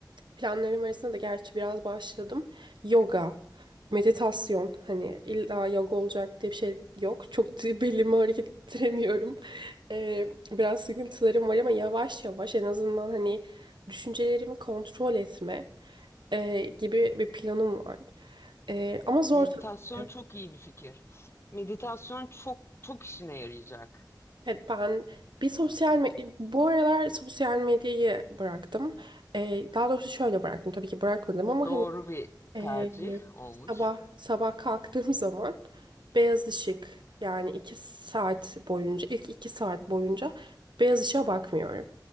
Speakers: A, on the right; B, on the left.
A: planlarım arasında da gerçi biraz başladım. Yoga, meditasyon hani illa yoga olacak diye bir şey yok. Çok da <laughs> belimi hareket ettiremiyorum. Eee, biraz sıkıntılarım var ama yavaş yavaş en azından hani düşüncelerimi kontrol etme eee, gibi bir planım var. Eee, ama zor
B: Meditasyon
A: tabii.
B: çok iyi bir fikir. Meditasyon çok çok işine yarayacak.
A: Evet, ben bir sosyal me- bu aralar sosyal medyayı bıraktım. Ee, daha doğrusu şöyle bıraktım tabii ki bırakmadım ama
B: Doğru
A: hani,
B: bir
A: ee,
B: tercih olmuş.
A: sabah sabah kalktığım <laughs> zaman beyaz ışık yani iki saat boyunca ilk iki saat boyunca beyaz ışığa bakmıyorum.